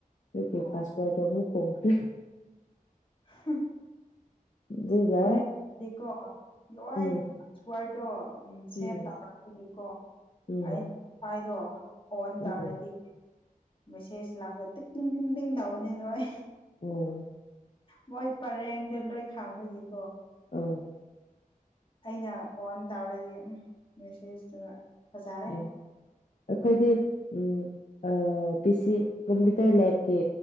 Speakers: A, on the left; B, on the left.
A: ꯇ ꯀꯦ
B: ꯑꯣ
A: ꯄꯥꯁꯋꯥꯗꯗꯣ ꯑꯃꯨꯛ ꯍꯣꯡꯒ꯭ꯔꯦ
B: ꯍꯨꯝ
A: ꯑꯗꯨꯒ
B: <unintelligible> ꯗꯤꯀꯣ ꯂꯣꯏ
A: ꯎꯝ
B: ꯄꯥꯁꯋꯥꯔꯗꯣ ꯎ ꯁꯦꯚ
A: ꯎꯝ
B: ꯇꯧꯔꯕꯒꯤꯀꯣ
A: ꯎꯝ
B: ꯑꯩ ꯁꯥꯏꯗꯣ ꯑꯣꯟ ꯇꯧꯔꯗꯤ
A: ꯎꯝ
B: ꯃꯦꯁꯦꯁ ꯂꯥꯛꯄꯗ ꯇꯤꯛ ꯇꯤꯡ ꯇꯤꯛ ꯇꯤꯡ ꯇꯧꯕꯅꯤ ꯂꯣꯏ
A: ꯎꯝ
B: ꯃꯣꯏ ꯄꯔꯦꯡꯗ ꯂꯣꯏ ꯈꯥꯡꯕꯒꯤꯀꯣ
A: ꯑ
B: ꯑꯩꯅ ꯑꯣꯟ ꯇꯧꯔꯗꯤ ꯎꯝ ꯃꯦꯁꯦꯁꯇꯨ ꯐꯖꯔꯦ
A: ꯎ ꯑꯩꯈꯣꯏꯗꯤ ꯎꯝ ꯑ ꯄ ꯁꯤ ꯀꯝꯄꯌꯨꯇꯔ ꯂꯦꯕꯀꯤ